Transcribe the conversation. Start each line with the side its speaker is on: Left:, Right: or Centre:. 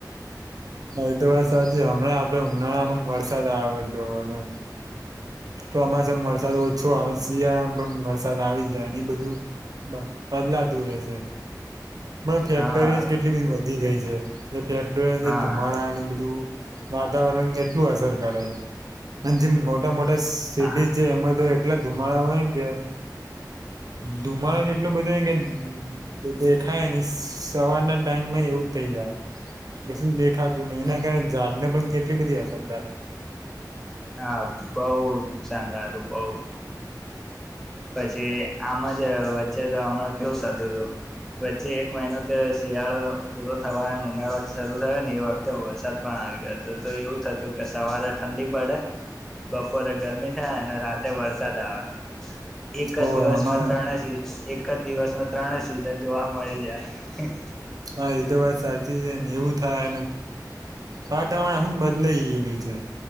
Right: એ તો વાર સાચ હમણાં આપડે ઉનાળામાં વરસાદ આવે તો અને તો અમા સા વરસાદ ઓછો આવે શિયાળામાં પણ વરસાદ આવી જાય એની બધું બદલાતું રહેે છે પણ ફેક્ટરીજ
Centre: હા
Right: કેટલી બધી વધી ગઈ છે <inaudible> એ ફેક્ટરી જે
Centre: હા
Right: ધુમાડા ની બધું વાતાવરણ કેટલું અસર કરે છે મ મોટા મોટ સડી
Centre: હા
Right: છે એમ તો એટલા ધુમાડા હોય કે ધુમાડો જ એટલો બધો હોય કે દેખાય ને સવારના ટાઈમમાં એવું જ થઇ જાય ગસને બે ખાતું ને એના કારણે ઝાડ ને પણ કેટલી બધી અસર થ છે
Centre: હા બઉ નુકસાન થાયું બઉ પછી આમ જ વચ્ચે તો હમણાં કેવું થતું હતું વચ્ચે એક મહિનો તો શિયાળો પૂરો થવા િયાળો શરૂ થયો ને એ વખતે વરસાદ પણ આવી ગયો તો તો એવું થતું કે સવારે ઠંડી પડે બપોરે ગરમી થાય અને રાતે વરસાદ આવે એક
Right: હોય
Centre: જ દિવસમાં
Right: અમારા
Centre: ત્રણ એક જ દિવસમાં ત્રણે સિઝન જોવા મળી જાય
Right: હા એ તો વાત સાચી છે ને એવું થાય વાતાવરણ આખું બદલાઈ ગયેલું છે